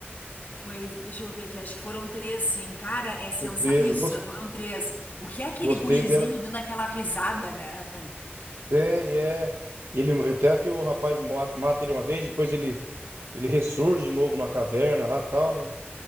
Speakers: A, on the left (about 45°); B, on the right (about 80°).
A: Pois, deixa eu ver aqui, acho que foram três, sim. Cara, é sensa...
B: Foi três,
A: Isso,
B: eu gos-
A: foram três. O que é aquele
B: gostei
A: gurizinho
B: dela.
A: dando aquela risada, né?
B: Tem, é. Ele, até que o rapaz mata, mata ele uma vez, depois ele, ele ressurge de novo numa caverna lá e tal, né?